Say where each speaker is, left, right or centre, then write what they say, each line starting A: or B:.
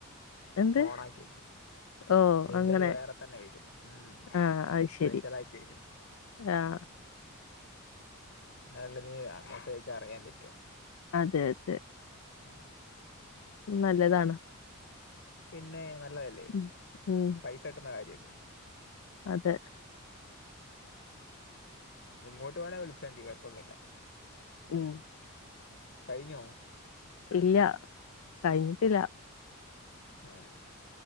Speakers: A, on the left; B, on the left.
A: എന്ത്
B: ഓണാക്കിവെക്ക്
A: ഓ
B: നിന്റത്
A: അങ്ങനെ
B: വേറെ തന്നെ വരും ഉം
A: ആഹ് അത്
B: സ്പെഷ്യൽ
A: ശരി
B: ആയിട്ട് വരും
A: ആഹ്
B: എന്നാലല്ലെ നീ മെസെജ് അയച്ചാ അറിയാൻ പറ്റൂ
A: അതെ അതെ
B: ഉം
A: നല്ലതാണ്
B: പിന്നെ നല്ലതല്ലെ
A: ഉം ഉം
B: പൈസ കിട്ട്ണ കാര്യല്ലെ
A: അതെ
B: ഇങ്ങോട്ട് വേണേ വിളിച്ചാണ്ടി കൊഴപ്പൊന്നില്ല
A: ഉം
B: കഴിഞ്ഞോ
A: ഇല്ല കഴിഞ്ഞിട്ടില്ല
B: ആഹ്